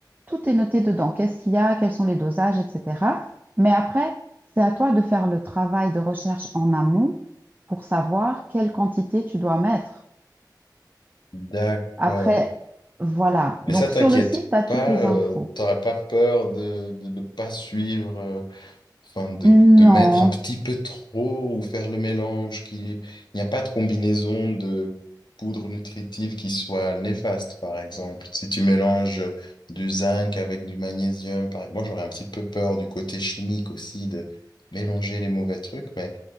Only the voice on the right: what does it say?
Tout est noté dedans. Qu'est-ce qu'il y a, quels sont les dosages, etc. Mais après, c'est à toi de faire le travail de recherche en amont pour savoir quelle quantité tu dois mettre.
Après, voilà.
Donc,
sur le site, tu as
toutes les
infos.
Non.